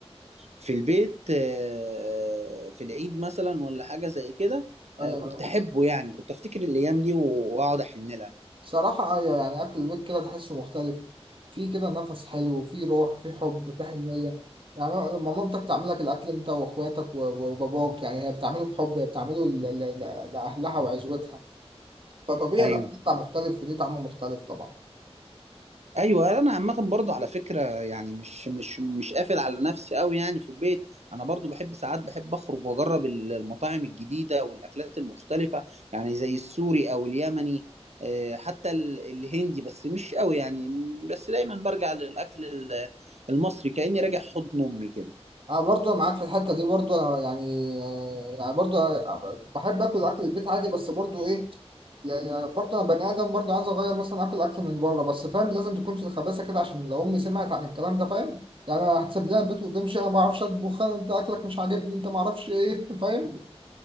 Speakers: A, on the right (about 85°); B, on the right (about 50°).
A: في البيت آه، في العيد مثلا ولا حاجة زي كده
B: ايوه
A: آه، كنت أحبه يعني كنت أفتكر الأيام دي وأقعد أحن لها
B: صراحة أيوة يعني أكل البيت كده تحسه مختلف فيه كده نفس حلو فيه روح فيه حب فيه حنية يعني لما مامتك تعمل لك الأكل أنت وأخواتك و- و- وباباك يعني هي بتعمله بحب هي بتعمله ل- ل- ل- لأهلها وعزوتها فطبيعي
A: أيوه
B: الأكل بتاع مختلف وليه طعم مختلف طبعا
A: ايوه انا عامه برضو على فكره يعني مش مش مش قافل على نفسي قوي يعني في البيت انا برضو بحب ساعات بحب اخرج واجرب ال- المطاعم الجديده والاكلات المختلفه يعني زي السوري او اليمني آه، حتى ال- الهندي بس مش قوي يعني م- بس دايما برجع للاكل ال- المصري كاني راجع حضن امي كده
B: انا برضو معاك في الحته دي برضو انا يعني آه، يعني برضو أنا بحب اكل اكل البيت عادي بس برضو ايه يعني برضو انا بني ادم برضو عايز اغير مثلا اكل اكل من بره بس فاهم لازم تكون في الخباثه كده عشان لو امي سمعت عن الكلام ده فاهم يعني أنا هتسيب لها البيت وتمشي انا ما اعرفش اطبخ أنا- انت اكلك مش عاجبني انت ما اعرفش ايه <laughs> فاهم